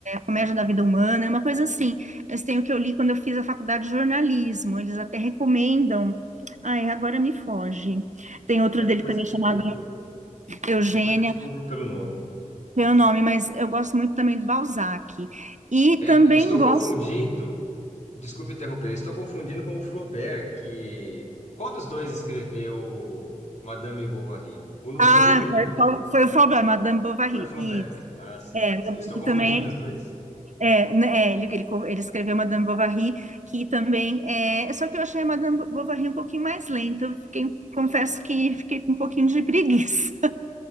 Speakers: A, on the right (about 60°); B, on the left (about 55°).
A: Comédia da Vida Humana, é uma coisa assim. Mas tem o que eu li quando eu fiz a faculdade de jornalismo, eles até recomendam. Ai, agora me foge. Tem
B: é,
A: outro
B: mas
A: dele
B: depois
A: também
B: eu descubro.
A: chamado
B: É,
A: Eugênia,
B: depois eu descubro pelo nome.
A: não é o nome, mas eu gosto muito também do Balzac. E
B: É,
A: também
B: eu estou
A: gosto.
B: confundindo. Desculpe interromper, eu estou confundindo com o Flaubert, que... Qual dos dois escreveu Madame Bovary? Ou não
A: Ah,
B: foi nenhum nem outro?
A: foi, foi o problema, Madame Bovary.
B: Foi Flaubert.
A: Isso,
B: Ah, sim.
A: é,
B: Estou
A: que
B: confundindo
A: também.
B: os dois.
A: É, né, é, ele, ele, ele escreveu Madame Bovary, que também é. Só que eu achei a Madame Bovary um pouquinho mais lenta, eu fiquei, confesso que fiquei com um pouquinho de preguiça.